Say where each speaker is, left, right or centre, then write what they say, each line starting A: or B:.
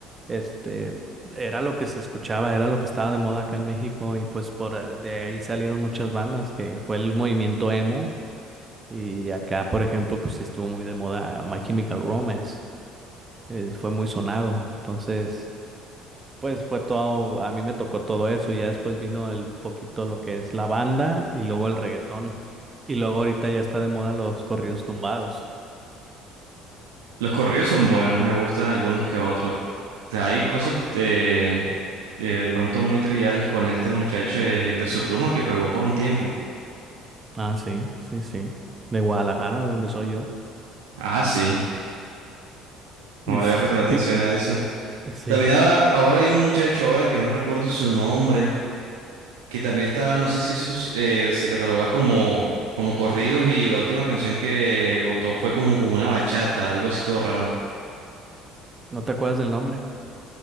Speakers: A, on the right; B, on the right.
A: este, era lo que se escuchaba, era lo que estaba de moda acá en México y pues por eh, de ahí salieron muchas bandas, que fue el movimiento emo y acá, por ejemplo, pues sí estuvo muy de moda My Chemical Romance, eh, fue muy sonado, entonces... Pues fue todo, a mí me tocó todo eso y ya después vino el poquito lo que es la banda y luego el reggaetón. Y luego ahorita ya está de moda los corridos tumbados.
B: Los corridos son buenos, me gustan algunos que otros. O sea, hay cosas de de pronto muy triviales con este muchacho de Peso Pluma que pegó por un tiempo.
A: Ah, sí, sí, sí. De Guadalajara, de donde soy yo.
B: Ah, sí,
A: Y
B: no
A: s-
B: le había prestado atención
A: pi-
B: a eso.
A: sí,
B: También ahora, ahora hay un muchacho ahora que no recuerdo su nombre, que también está, no sé si eso es, eh, se cataloga como, como corridos y la última canción que votó fue como, como una bachata, algo así todo raro.
A: ¿no te acuerdas del nombre?